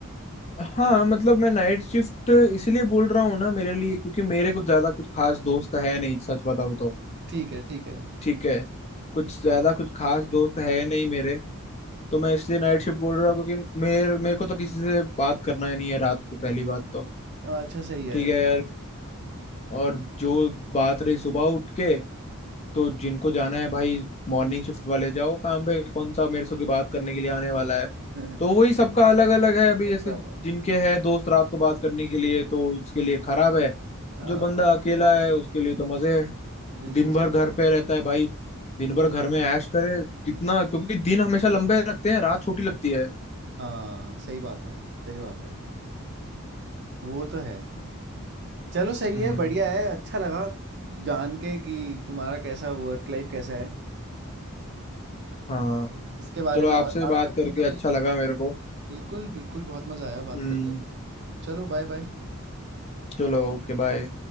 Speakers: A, on the left (about 30°); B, on the right (about 50°).
A: हाँ मतलब मैं नाइट शिफ्ट इसीलिए बोल रहा हूँ ना मेरे लिए क्योंकि मेरे कुछ ज्यादा कुछ खास दोस्त है नहीं सच बताऊँ तो
B: ठीक है ठीक है
A: ठीक है कुछ ज्यादा कुछ खास दोस्त है नहीं मेरे तो मैं इसलिए नाइट शिफ्ट बोल रहा हूँ क्योंकि मेरे मेरे को तो किसी से बात करना ही नहीं है रात को पहली बात तो
B: हाँ, अच्छा सही है
A: ठीक है यार और जो बात रही सुबह उठ के तो जिनको जाना है भाई मॉर्निंग शिफ्ट वाले जाओ काम पे कौन सा मेरे से कोई बात करने के लिए आने वाला है
B: <laughs>
A: तो वही सबका अलग अलग है अभी
B: सबका
A: जैसे
B: अलग
A: जिनके
B: है
A: है दोस्त रात को बात करने के लिए तो उसके लिए खराब है
B: हाँ
A: जो बंदा अकेला है उसके लिए तो मजे है
B: बिल्कुल
A: दिन भर
B: सही
A: घर
B: है
A: पे रहता है भाई दिन भर घर में ऐश करे कितना क्योंकि दिन हमेशा लंबे लगते हैं रात छोटी लगती है
B: हाँ सही बात है सही बात है वो तो है चलो सही
A: हम्म
B: है बढ़िया है अच्छा लगा जान के कि तुम्हारा कैसा वर्क लाइफ कैसा है
A: हाँ
B: इसके बारे
A: चलो
B: में
A: आपसे
B: और बात
A: बात
B: करते
A: करके
B: हैं कभी
A: अच्छा लगा मेरे को
B: बिल्कुल बिल्कुल बहुत मज़ा आया बात
A: हम्म
B: करके चलो बाय बाय
A: चलो ओके बाय